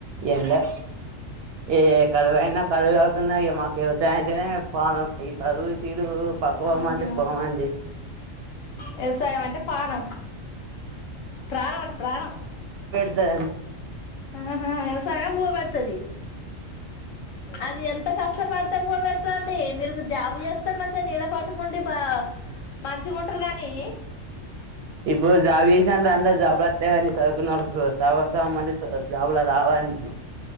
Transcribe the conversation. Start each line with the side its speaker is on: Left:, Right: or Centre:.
Right: ఎండా ఈ కదువైనా కదువు కాకున్నా ఈగా మాకు వ్యవసాయం అంటేనే ప్రాణం ఈ సదువు శిదువు పక్క పోమండి
Left: ఆహా
Right: పోమండి
Left: వ్యవసాయం అంటే పాణం ప్రాణం అంట ప్రాణం
Right: దా
Left: ఆహా వ్యవసాయం బూ పెడతాది అది ఎంత కష్టపడితే భోపెడతుండి మీరు జాబు చేస్తే మంచిగా నీడ పట్టుకుంటే ది బా మంచిగా ఉంటారు గానీ
Right: ఇప్పుడు జాబ్ చేసే అందరికీ జాబులు ఒత్తయిగని సదుకున్నోళ్లకు సగ సగం పండిస్ జాబులా రావండి